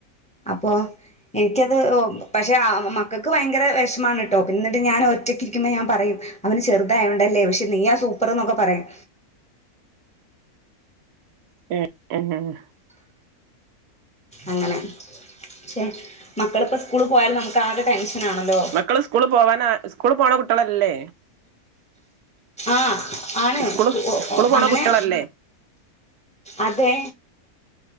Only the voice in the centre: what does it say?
അപ്പൊ എനിക്കത് ഓ പക്ഷെ ആ മക്കക്ക് ഭയങ്കര വെഷമാണ് ട്ടോ ഞാൻ ഒറ്റക്കിരിക്കുമ്പോ ഞാൻ പറയും അവന് ചെറുതായോണ്ടല്ലേ പക്ഷെ നീ ആ സൂപ്പറ് ന്നൊക്കെ പറയും
അങ്ങനെ പക്ഷെ മക്കള്പ്പം സ്കൂള് പോയാലും നമുക്ക് ആകെ ടെൻഷനാണല്ലോ
ആഹ് ആണ്
അങ്ങനെ
അതെ